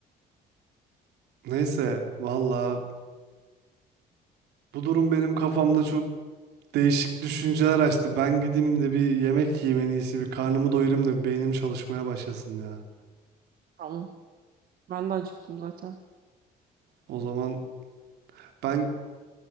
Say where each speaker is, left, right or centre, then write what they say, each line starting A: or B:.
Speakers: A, on the right; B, on the right.
A: Neyse, valla bu durum benim kafamda çok değişik düşünceler açtı. Ben gideyim de bir yemek yiyeyim en iyisi. Bir karnımı doyurayım da beynim çalışmaya başlasın ya.
B: Tamam. Ben de acıktım zaten.
A: O zaman ben